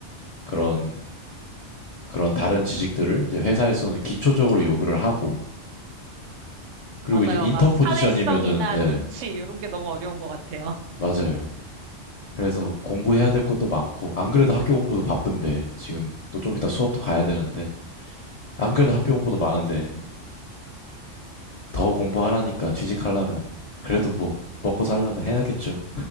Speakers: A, on the left (about 65°); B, on the right (about 90°).
A: 그런 그런 다른 지식들을 이제 회사에서는 기초적으로 요구를 하고 그리고
B: 맞아요.
A: 이제 인턴
B: 막 사회성이나
A: 포지션이면은 네,
B: 눈치 이런 게 너무 어려운 것 같아요.
A: 맞아요. 그래서 공부해야 될 것도 많고 안 그래도 학교 공부도 바쁜데 지금 또 좀 이따 수업도 가야 되는데 안 그래도 학교 공부도 많은데 더 공부하라니까 취직하려면 그래도 뭐 먹고 살려면 해야겠죠.